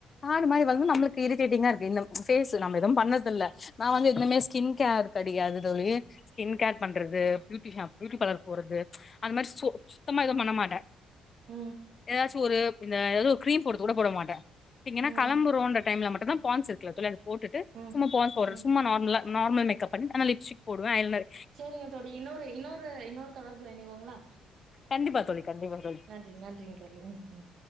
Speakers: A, on the left (about 35°); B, on the right (about 65°).
A: காடு மாரி வளந்தா நம்மளுக்கு இரிட்டேட்டிங்கா இரு இந்த ஃபேஸு நம்ம எதுவு பண்ணதில்ல நா வந்து இன்னமே ஸ்கின் கேர் கெடையாது தோழி ஸ்கின் கேர் பண்றது பியூட்டி பியூட்டி பார்லர்க் போறது அது மாரி சு சுத்தமா எதுவு பண்ண மாட்ட
B: ம்
A: ஏதாச்சி ஒரு எதோ கிரீம் போடறது கூட போட மாட்ட த்திங்கனா
B: ம்
A: கெளம்பறோன்ற டைம்ல மட்டுந்தா பான்ட்ஸ் இருக்குல தோழி அது போட்டுட்டு
B: ம்
A: சும்மா பான்ட்ஸ்
B: ம்
A: பவ்டர் சும்மா நார் நார்மல் மேக்கப் பண்ணி ஆனா லிப்ஸ்டிக் போடுவ ஐ லனர்
B: சேரிங்க தோழி இன்னொரு இன்னொரு இன்னொரு தொடர்புல இணைவோங்ளா
A: கண்டிப்பா தோழி கண்டிப்பா தோழி
B: நன்றி நன்றிங்க தோழி ம் ம்